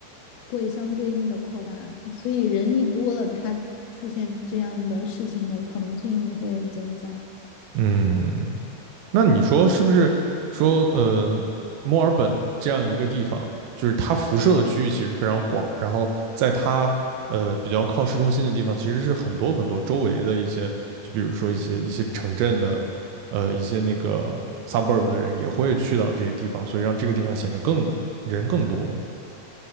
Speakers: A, on the left; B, on the right.
A: 会相对应的扩大，所以人一多了，它出现这样的事情的可能性也会增加。
B: 嗯那你说是不是说呃，墨尔本这样一个地方，就是它辐射的区域其实非常广，然后在它呃比较靠市中心的地方，其实是很多很多周围的一些，就比如说一些一些城镇的，呃一些那个 suburb 的人也会去到这些地方，所以让这个地方显得更人更多了。